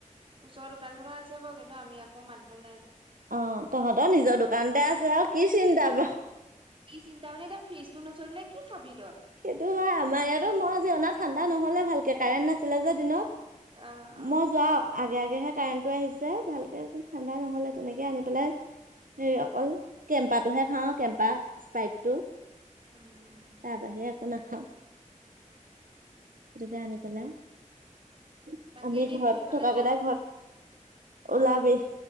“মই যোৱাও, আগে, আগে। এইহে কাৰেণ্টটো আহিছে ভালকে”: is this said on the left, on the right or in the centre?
Right